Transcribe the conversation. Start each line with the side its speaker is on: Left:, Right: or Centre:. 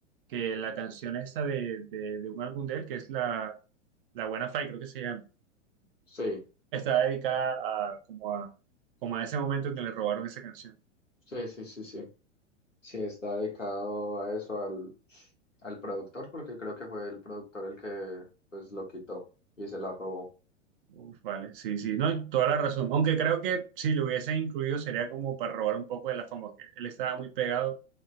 Right: que la canción esta de, de, de un álbum de él, que es la, la Buena Fe, creo que se llama,
Left: Sí,
Right: está dedicada a como a, como a ese momento en que le robaron esa canción.
Left: sí, sí, sí, sí. Sí, está dedicado a eso, al, al productor, porque creo que fue el productor el que pues lo quitó y se la robó.
Right: Uf, vale, sí, sí, no, y toda la razón. Aunque creo que si lo hubiesen incluido sería como para robar un poco de la fama, que él estaba muy pegado